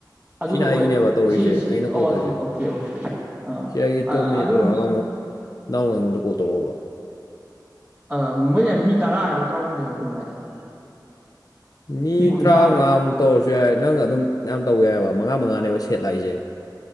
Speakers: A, on the right; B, on the left.
A: ꯑꯗꯨꯒ
B: ꯁꯤꯅ ꯑꯩꯒꯤꯅꯦꯕ
A: ꯍꯣꯏ
B: ꯇꯧꯔꯛꯏꯁꯦ
A: ꯁꯤ ꯁꯤ
B: ꯑꯩꯅ
A: ꯑꯣ
B: ꯀꯣꯜ ꯇꯧꯔꯤꯁꯦ
A: ꯁꯤ ꯑꯣꯀꯦ ꯑꯣꯀꯦ ꯑꯥ
B: ꯁꯤ ꯑꯩꯒꯤ ꯇꯨꯌꯦꯞ ꯃꯤꯅꯤꯠ
A: ꯑꯗꯨ
B: ꯂꯣꯏꯔꯒ ꯑꯃꯨꯛ ꯅꯍꯨꯛ ꯑꯩꯉꯣꯟꯗ ꯀꯣꯜ ꯇꯧꯔꯛꯕ
A: ꯑ ꯃꯣꯏꯁꯦ ꯃꯤ ꯇꯔꯥ ꯍꯥꯏꯕꯣ ꯇꯔꯥꯍꯨꯝꯗꯣꯏ ꯍꯥꯏꯔꯣ ꯀꯩꯅꯣꯃ ꯍꯥꯏꯗ
B: ꯃꯤ
A: ꯀꯨꯟꯊ꯭ꯔꯥ
B: ꯇꯔꯥꯃꯉꯥꯃꯨꯛ
A: ꯍꯥꯏꯕ
B: ꯇꯧꯔꯁꯨ ꯌꯥꯏ ꯅꯪ ꯑꯗꯨꯝ ꯃ ꯇꯧ ꯌꯥꯏꯑꯕ ꯃꯉꯥ ꯃꯉꯥꯅꯦꯕ ꯁꯦꯠ ꯂꯥꯛꯏꯁꯦ